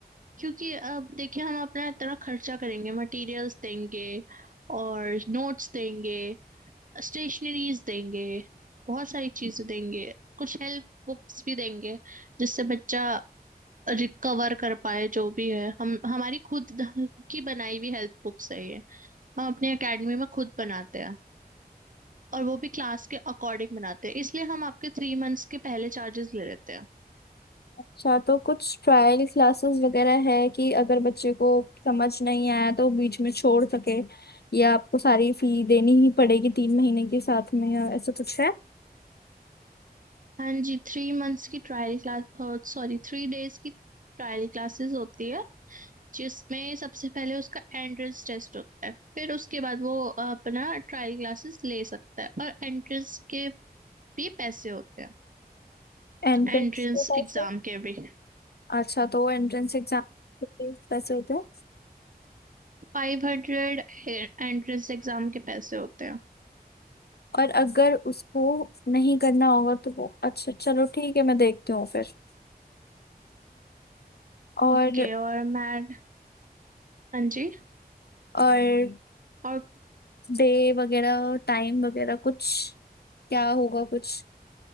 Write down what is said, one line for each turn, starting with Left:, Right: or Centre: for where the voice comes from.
Right: क्योंकि अब देखिए हम अपना इतना खर्चा करेंगे मटेरियल्स देंगे और नोट्स देंगे स्टेशनरीज देंगे बहुत सारी चीजें देंगे कुछ हेल्प बुक्स भी देंगे जिससे बच्चा रिकवर कर पाए जो भी है हम हमारी खुद की बनाई हुई हेल्प बुक्स है ये हम अपने एकेडमी में खुद बनाते हैं और वो भी क्लास के अकॉर्डिंग बनाते हैं इसलिए हम आपके थ्री मंथ्स के पहले चार्जेस ले लेते हैं
Left: अच्छा तो कुछ ट्रायल क्लासेस वगैरह है कि अगर बच्चे को समझ नहीं आया तो बीच में छोड़ सके या आपको सारी फी देनी ही पड़ेगी तीन महीने के साथ में या ऐसा कुछ है
Right: हाँ जी थ्री मंथ्स की trial class sorry three days की ट्रायल क्लासेस होती है जिसमें सबसे पहले उसका एंट्रेंस टेस्ट होता है फिर उसके बाद वो अ, अपना ट्रायल क्लासेस ले सकता है और एंट्रेंस के भी पैसे होते हैं
Left: एंट्रेंस
Right: एंट्रेंस
Left: के पैसे
Right: एग्जाम के भी
Left: अच्छा तो एंट्रेंस एग्जाम पैसे होते हैं
Right: फाइव हंड्रेड एंट्रेंस एग्जाम के पैसे होते हैं
Left: और अगर उसको नहीं करना होगा तो वो अच्छा चलो ठीक है मैं देखती हूँ फिर और
Right: ओके और मैट हाँ जी
Left: और
Right: और
Left: डे वगैरह टाइम वगैरह कुछ क्या होगा कुछ